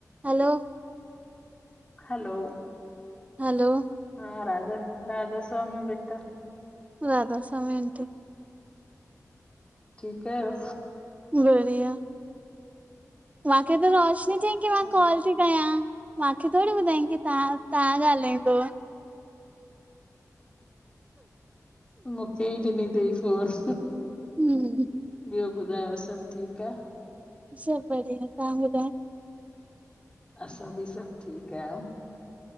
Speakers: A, on the right (about 25°); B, on the left (about 15°).
A: Hello
B: hello
A: hello
B: हा राधा राधा स्वामी बेटा
A: Radha Swami aunty
B: ठीक आहियो
A: बढ़िया मूंखे त रोशनी चयईं
B: अच्छा,
A: की मां कॉल ती कयां मूंखे थोड़ी ॿुधायंई की तव्हां तव्हां ॻाल्हाईंदव
B: मूंखे ई ॾिनी तंई फोन
A: हम्म
B: ॿियो ॿुधायो सॿु ठीक आ
A: सभु बढ़िया तव्हां ॿुधायो
B: असां ॿि सभु ठीकु आहियूं